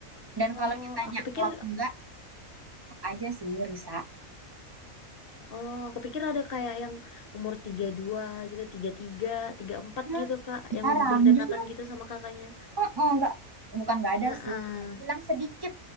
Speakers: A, on the right; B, on the left.
A: Dan kalau
B: oh,
A: ditanya
B: aku pikir,
A: klop enggak, klop aja sih Risa.
B: oh, aku pikir ada kayak yang umur 32 gitu, 33, empat
A: Hmm,
B: gitu, Kak, yang
A: jarang.
B: berdekatan
A: Justru
B: gitu sama kakaknya.
A: oh, oh, enggak, bukan enggak ada
B: Heeh.
A: sih. Saya bilang sedikit.